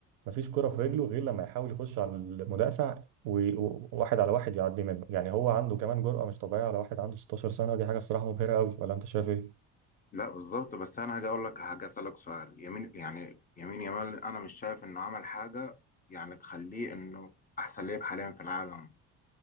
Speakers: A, on the right; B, on the left.
A: مفيش كوره في رجله غير لما يحاول يخش على المدافع وواحد على واحد يعدي منه يعني هو عنده كمان جرأة مش طبيعية على واحد عنده 16 سنة ودي حاجة الصراحة مبهرة قوي ولا انت شايف ايه
B: لا بالظبط بس أنا هاجي أقول لك حاجة أسألك سؤال يمين يعني يمين يامال أنا مش شايف إنه عمل حاجة يعني تخليه إنه أحسن لعيب حاليا في العالم